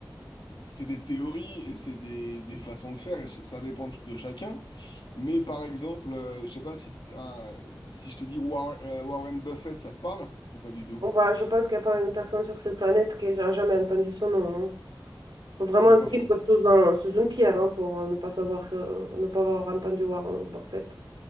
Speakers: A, on the left; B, on the right.
A: c'est des théories et c'est des, des façons de faire. Et ch- ça dépend de chacun. Mais par exemple, euh, je sais pas si euh, si je te dis War- euh, Warren Buffett, ça te parle ou pas du tout?
B: Bon, bah, je pense qu'il n'y a pas une personne sur cette planète qui n'a jamais entendu ce nom. hein. Faut vraiment
A: C'est pas faux.
B: vivre sous un, sous une pierre hein, pour euh, ne pas savoir, euh, ne pas avoir entendu Warren Buffett.